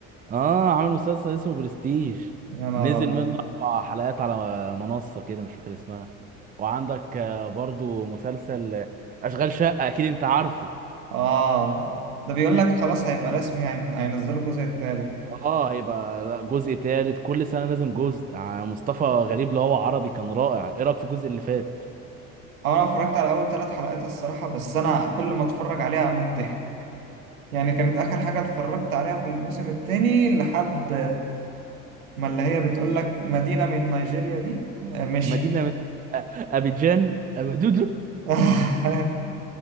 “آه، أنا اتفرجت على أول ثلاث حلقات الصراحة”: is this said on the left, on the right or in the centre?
Right